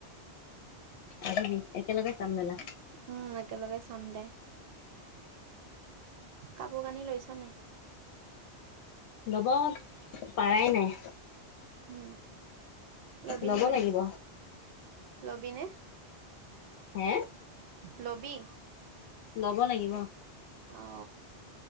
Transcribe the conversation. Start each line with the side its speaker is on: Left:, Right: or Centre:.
Left: আহিবি একেলগে চাম মেলা
Right: উম একেলগে চাম দে কাপোৰ কানি লৈছা নে
Left: ল'ব পাৰাই নাই
Right: উম লবিনে
Left: ল'ব
Right: নাই
Left: লাগিব
Right: লবিনে <unintelligible>
Left: হম
Right: লবি
Left: লব লাগিব
Right: অ